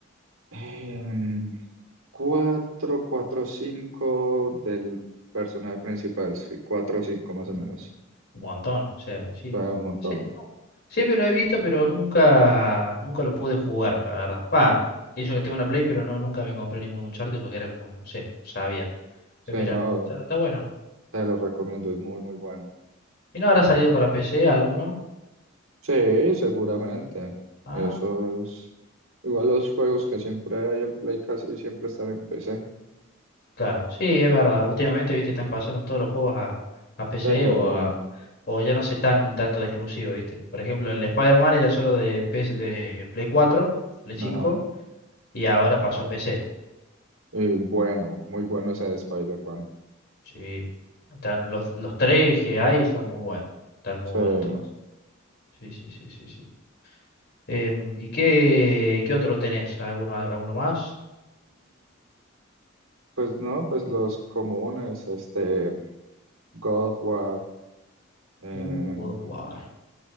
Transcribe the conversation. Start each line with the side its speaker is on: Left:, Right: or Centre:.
Right: Em, 4 4, 5 del personaje principal, sí, 4 o 5 más
Left: Un
Right: o menos,
Left: mo- un montón, o sea, sí.
Right: o sea, un montón.
Left: Sí, no, Siempre lo he visto, pero nunca, nunca lo pude jugar, la verdad. Va, eso que tengo una Play, pero no, nunca me compré ningún Uncharted porque era como, que, no sé, sabía.
Right: Sí,
Left: Pero mira,
Right: no,
Left: está, está bueno.
Right: Te lo recomiendo, es muy, muy bueno.
Left: ¿Y no habrá salido para PC alguno?
Right: Sí, seguramente.
Left: Ah,
Right: Eso es. Igual los juegos que siempre hay en Play casi siempre están en PC.
Left: Claro, sí, es verdad. Últimamente, viste, están pasando todos los juegos a, a PC
Right: Sí,
Left: o a, o ya no se están tanto de exclusivo, viste. Por ejemplo, el Spider-Man era solo de PS de Play 4, Play cinco
Right: ajá.
Left: y ahora pasó a PC.
Right: Y bueno, muy bueno ese de Spider-Man.
Left: Sí. Están los, los tres que hay son muy buenos. Están muy
Right: Sí.
Left: buenos
Right: Mm,
Left: todos. Sí, sí, sí, sí, sí. Em, ¿y qué, qué otro tenés? ¿Alguno, alguno más?
Right: pues no, pues los comunes, este, God of War, em,
Left: Uh, God of War.